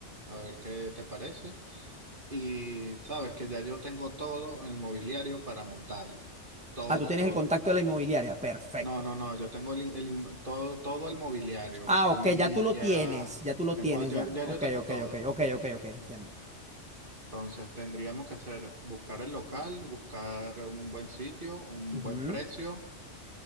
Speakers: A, on the right; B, in the centre.
A: a ver qué te parece. Y sabes que ya yo tengo todo el mobiliario para montarlo. Todo,
B: Ah, tú tienes
A: todo.
B: el contacto de la inmobiliaria. Perfecto.
A: No, no, no, yo tengo el, in- el in- todo, todo el mobiliario,
B: Ah,
A: camillas,
B: ok, ya tú lo tienes, ya tú lo
A: tengo,
B: tienes
A: yo,
B: ya.
A: ya
B: Ok,
A: yo tengo
B: ok,
A: todo.
B: ok, ok, ok, ok, entiendo.
A: Entonces tendríamos que hacer, buscar el local, buscar un buen sitio, un
B: Ujú.
A: buen precio.